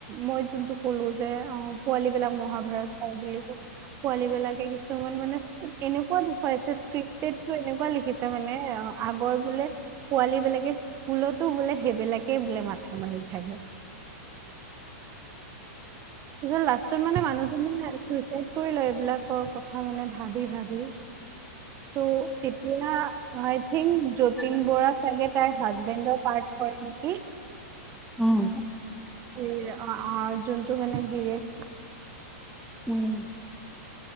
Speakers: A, on the right; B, in the centre.
A: মই যোনটো কলো যে অঁ। পোৱালী বিলাক মহাভাৰত চাই বুলি ক। পোৱালী বিলাকে কিছুমান মানে এনেকুৱা দেখুৱাইছে স্কৃপটেদটো এনেকুৱা লিখিছে মানে অঁ। আগৰ বোলে পোৱালী বিলাকে স্কুলতো বোলে। সেইবিলাকেই বোলে মাথা মাৰি থাকে। তাচত লাষ্টত মানে মানুহজনিয়ে চুচাইদ কৰি লয় বোলে কৰ কথা মানে। ভাবি ভাবি। ত তেতিয়া, I think Jatin
B: um,
A: Bora চাগে তাইৰ হাজবেণ্ডৰ পাৰ্ট। কৰে নেকি
B: ওম।
A: এ অঁ অঁ যোনটো মানে গিৰিয়েক।
B: উম।